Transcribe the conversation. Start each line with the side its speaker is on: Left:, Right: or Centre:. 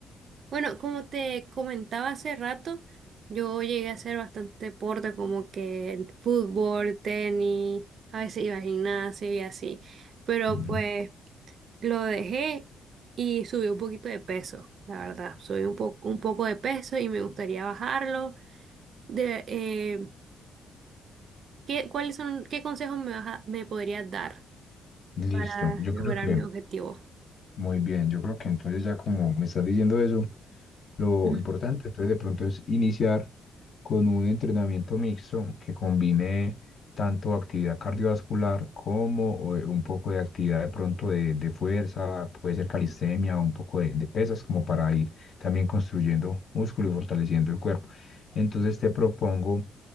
Right: Bueno, como te comentaba hace rato, yo llegué a hacer bastante deporte como que fútbol, tenis, a veces iba al gimnasio y así, pero
Left: Ujú.
Right: pues... Lo dejé y subí un poquito de peso, la verdad. Subí un poco, un poco de peso y me gustaría bajarlo. De, eh, ¿qué, cuáles son, qué consejos me, vas a- me podrías dar
Left: Listo,
Right: para
Left: yo
Right: lograr
Left: creo que
Right: mis objetivos?
Left: muy bien, yo creo que entonces ya como me estás diciendo eso, lo
Right: Ujú.
Left: importante. Entonces, de pronto es iniciar con un entrenamiento mixto que combine tanto actividad cardiovascular como eh, un poco de actividad de pronto de, de fuerza, puede ser calistenia, un poco de, de pesas, como para ir también construyendo músculo y fortaleciendo el cuerpo. Entonces, te propongo